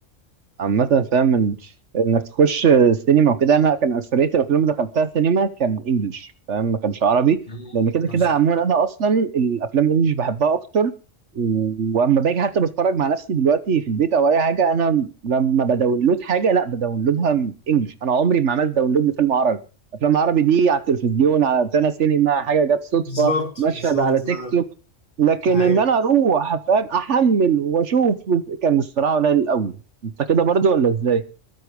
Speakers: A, on the right; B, on the left.
A: عامة فاهم إن- انك تخش سينما وكده انا كان اكثرية الافلام اللي دخلتها سينما كان انجلش فاهم ما كانش عربي
B: مم،
A: لان كده
B: نفس
A: كده
B: الحوار
A: عموما انا اصلا الافلام الانجليش بحبها اكتر و- واما باجي حتى بتفرج مع نفسي دلوقتي في البيت او اي حاجة انا لما بداونلود حاجة لا بداونلودها من انجلش انا عمري ما عملت داونلود لفيلم عربي افلام عربي دي على التلفزيون على روتانا سينما حاجة جت صدفة
B: بالظبط
A: مشهد
B: بالظبط
A: على تيك
B: ده
A: توك لكن
B: ده حقيقي
A: ان انا اروح فاهم احمل واشوف كان الصراحه قليل قوي انت كده برضو ولا ازاي